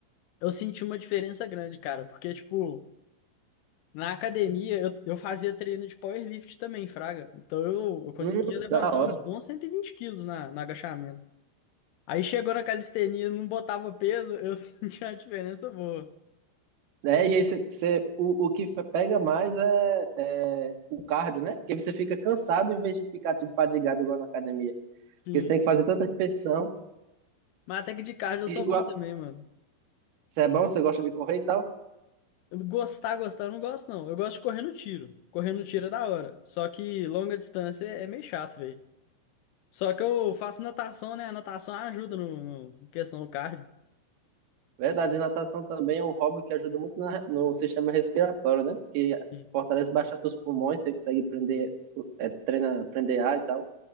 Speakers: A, on the left; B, on the right.
A: Eu senti uma diferença grande, cara, porque, tipo, na academia eu, eu fazia treino de powerlift também, fraga. Então eu, eu conseguia
B: Hum,
A: levantar
B: da hora.
A: uns bons 120 quilos na, no agachamento. Aí chegou na calistenia, não botava peso, eu <laughs> sentia a diferença boa.
B: É, e aí você, você- o, o que fe- pega mais é, é o cardio, né? Porque você fica cansado em vez de ficar tipo, fadigado igual na academia.
A: Sim.
B: Porque você tem que fazer tanta repetição.
A: Mas até que de cardio eu sou
B: E Igual,
A: bom também, mano.
B: você é bom, você gosta de correr e tal.
A: Eu gostar, gostar, eu não gosto, não. Eu gosto de correr no tiro. Correr no tiro é da hora. Só que longa distância é é meio chato, velho. Só que eu faço natação, né? A natação ajuda no, no questão do cardio.
B: Verdade, natação também é um hobby que ajuda muito na- no sistema respiratório, né? Porque
A: Sim.
B: fortalece bastante os pulmões, você consegue prender, é, treina, prender ar e tal.